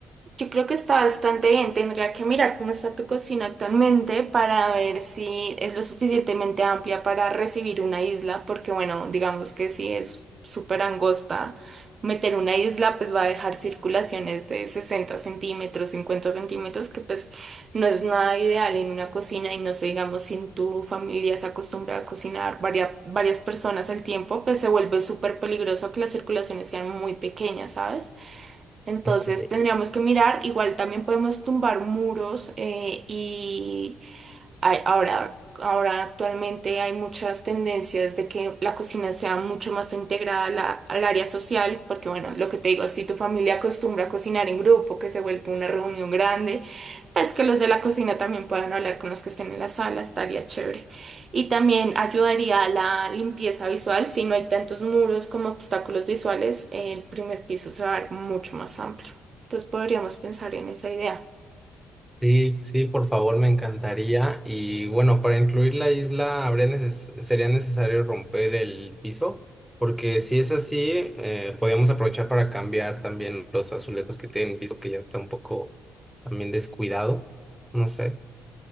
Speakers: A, on the right; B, in the centre.
A: Yo creo que está bastante bien. Tendría que mirar cómo está tu cocina actualmente para ver si es lo suficientemente amplia para recibir una isla, porque bueno, digamos que si es súper angosta, meter una isla pues va a dejar circulaciones de 60 centímetros, 50 centímetros, que pues no es nada ideal en una cocina y no sé, digamos, si en tu familia se acostumbra a cocinar varias, varias personas al tiempo, pues se vuelve súper peligroso que las circulaciones sean muy pequeñas, ¿sabes? Entonces
B: Ok.
A: tendríamos que mirar, igual también podemos tumbar muros eh, y hay- ahora, ahora actualmente hay muchas tendencias de que la cocina sea mucho más integrada a la- al área social, porque bueno, lo que te digo, si tu familia acostumbra a cocinar en grupo, que se vuelve una reunión grande, pues que los de la cocina también puedan hablar con los que estén en la sala, estaría chévere. Y también ayudaría a la limpieza visual, si no hay tantos muros como obstáculos visuales, el primer piso se va a ver mucho más amplio. Entonces podríamos pensar en esa idea.
B: Sí, sí, por favor, me encantaría. Y bueno, para incluir la isla habría neces- sería necesario romper el piso, porque si es así, eh, podríamos aprovechar para cambiar también los azulejos que tienen el piso, que ya está un poco también descuidado. No sé.